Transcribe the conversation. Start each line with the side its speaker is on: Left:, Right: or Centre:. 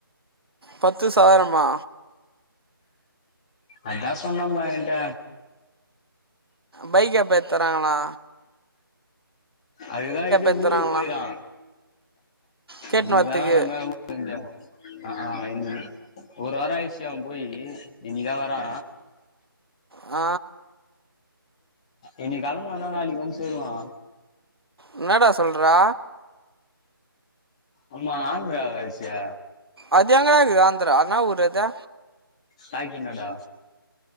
Right: பத்து சதுரமா
Left: அதா சொன்னாமா என்ட்ட
Right: பைக்க எப்ப எத்தறாங்ளா
Left: அதுக்குதா எப்டி
Right: எடுத்துறாங்களா
Left: ஊருக் போய்கிறா
Right: கேட்டுன்னு
Left: இன்னிக்கி
Right: வரத்துக்கு
Left: வேலன்ற <unintelligible> அக் அ இன் ஒரு வாரோ ஆய்ஷி அவ போயி இன்னிக்கு தா வரா
Right: அ
Left: இன்னிக் கெளம்னானா நாளிக் வந்து சேருவா
Right: இன்னடா சொல்றா
Left: அமா ஆந்ராவாச்சே
Right: அது எங்கடாக்குது ஆந்ரா இன்னா ஊரு அதே
Left: காக்கிநாடா